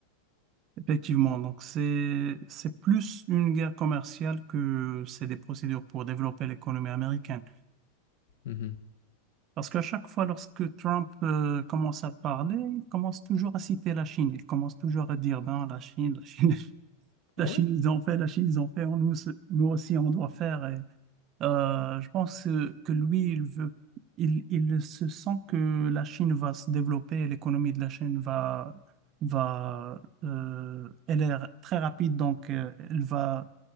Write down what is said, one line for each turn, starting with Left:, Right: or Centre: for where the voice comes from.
Right: Effectivement, donc c'est c'est plus une guerre commerciale que c'est des procédures pour développer l'économie américaine.
Left: Mhm.
Right: Parce qu'à chaque fois, lorsque Trump euh, commence à parler, il commence toujours à citer la Chine. Il commence toujours à dire, ben, la Chine, la Chine, <laughs> la
Left: Ah
Right: Chine,
Left: ouais?
Right: ils ont fait, la Chine, ils ont fait, nous, nous aussi, on doit faire. Et euh, je pense euh, que lui, il veut, il, il se sent que la Chine va se développer, l'économie de la Chine va, va, euh, elle est r- très rapide, donc euh, elle va